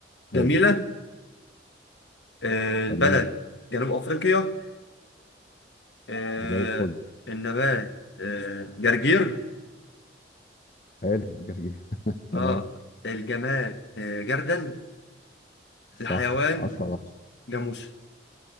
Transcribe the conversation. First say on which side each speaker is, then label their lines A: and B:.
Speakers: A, on the left; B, on the left.
A: جميلة
B: حلو
A: آه البلد
B: تمام
A: جنوب أفريقيا آه
B: زي الفل
A: النبات آه جرجير
B: حلو جرجير تمام
A: اه الجماد آه جردل
B: صح
A: الحيوان
B: 10 على 10
A: جاموسة